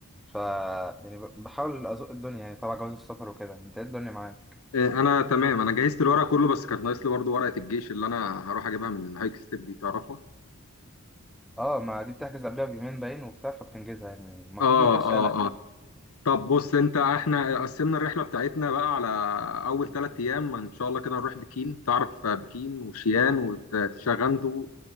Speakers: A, in the centre; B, on the left (about 75°).
A: ف يعني ب- بحاول ازق الدنيا يعني تبع جواز السفر وكده انت ايه الدنيا معاك
B: آه، انا تمام انا جهزت الورق كله بس كانت ناقص لي برضه ورقه الجيش اللي انا هروح اجيبها من هايك ستيب دي تعرفها؟
A: اه ما دي بتحجز قبلها بيومين باين وبتاع فبتنجزها يعني المفروض
B: اه
A: ما فيهاش
B: اه
A: قلق
B: اه طب بص انت احنا قسمنا الرحله بتاعتنا بقى على اول ثلاث ايام ان شاء الله كده نروح بكين تعرف بكين وشيان وتشاغندو